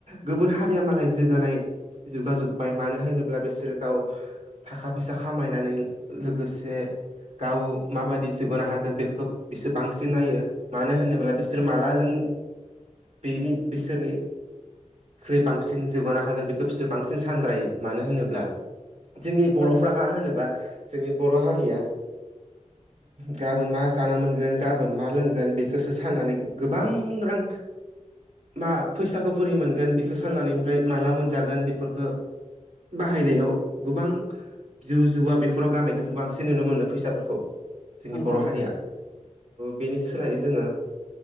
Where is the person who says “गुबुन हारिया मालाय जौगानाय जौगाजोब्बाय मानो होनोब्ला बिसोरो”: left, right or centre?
Right